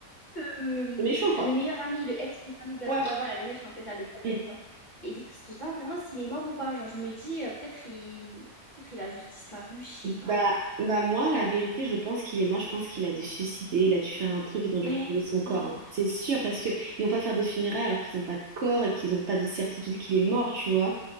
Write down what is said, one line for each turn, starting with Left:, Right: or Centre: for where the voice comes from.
Left: le,
Right: C'est méchant, quoi.
Left: le meilleur ami, le ex-meilleur ami de
Right: Ouais.
Left: l'autre. Ouais, voilà, le méchant, c'est ça, le bad
Right: Mm.
Left: guy, quoi. Et du coup, je sais pas vraiment s'il est mort ou pas. Genre, je me dis, euh, peut-être il... peut-être il a juste disparu, je sais
Right: Bah,
Left: pas.
Right: bah, moi, la vérité, je pense qu'il est mort. Je pense qu'il a dû se suicider. Il a dû faire un truc. Ils ont dû
Left: Ouais,
Right: retrouver son
Left: peut-être.
Right: corps. hein. C'est sûr, parce que ils vont pas faire des funérailles alors qu'ils ont pas de corps et qu'ils ont pas de certitude qu'il est mort, tu vois.